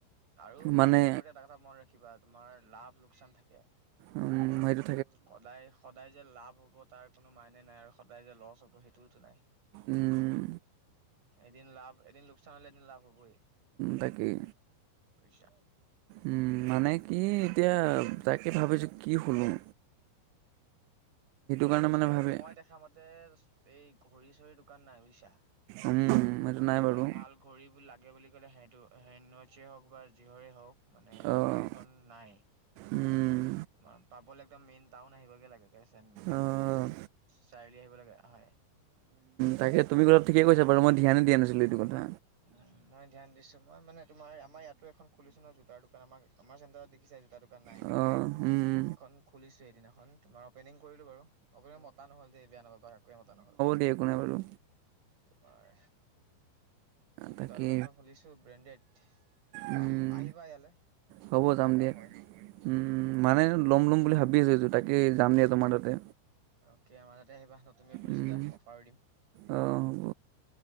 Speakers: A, on the right (about 45°); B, on the right (about 85°).
A: আৰু বিজনেছ
B: মানে
A: কৰোঁতে এটা কথা মনত ৰাখিবা তোমাৰ লাভ লোকচান থাকে।
B: উম, ‌সেইটো
A: সদায় সদায় যে লাভ হব তাৰ কোনো মাইনে নাই আৰু সদায় যে লচ হ'ব সেইটোওতো নাই
B: উম,
A: এদিন লাভ এদিন লোকচান হ'লে এদিন লাভ হ'বই
B: তাকেই
A: বুজিছা
B: উম মানে কি <unintelligible> তাকে ভাবি যে কি খুলোঁ
A: তোমালোকৰ
B: কাৰণে
A: চেণ্টাৰত
B: মানে ভাবে
A: মই দেখা মতে এই ঘড়ী চৰিৰ দোকান নাই বুজিছা
B: উম, সেইটো
A: মানে
B: নাই
A: এটাক
B: বাৰু
A: ভাল ঘড়ী লাগে বুলি ক'লে সেইটো হেণ্ড ৱাটচয়ে হওক বা যিহৰে হওক মানে
B: অ'
A: দোকান খন নাই
B: উম,
A: ম পাবলে একদম মেইন টাউন আহিবগে লাগে <unintelligible>
B: অ'
A: চাৰিআলি আহিব লাগে হয়
B: তাকে তুমি অলপ ঠিকেই কৈছা যে বাৰু মই ধ্যানে দিয়া নাছিলোঁ এইটো কথা
A: উম মই ধ্যান দিছো মই মানে তোমাৰ আমাৰ ইয়াতো এখন খুলিছো ন জোতাৰ দোকান আমাৰ আমাৰ চেণ্টাৰত দেখিছে জোতাৰ দোকান নাই
B: অঁ উম
A: এখন খুলিছো সেইদিনাখন তোমাৰ অপেনিং কৰিলো বাৰু অপেনিংত মতা নহ'ল দেই বেয়া নাপাবা কাকোৱেই মতা নহ'ল
B: দে একো নাই বাৰু
A: তোমাৰ জোতাৰ
B: তাকে
A: দোকান খন খুলিছো ব্ৰেণ্ডেড
B: উম
A: আহ আহিবা ইয়ালৈ
B: হ'ব
A: যদি
B: যাম
A: লাগা
B: দিয়া
A: হয়
B: উম মানে লম ল'ম ভাবি আছো জোতা তে যাম দিয়া তোমাৰ তাতে
A: অকে আমাৰ তেতি আহিবা নতুনকৈ কৰিছোঁযে
B: উম
A: অফাৰও দিম
B: অঁ হ'ব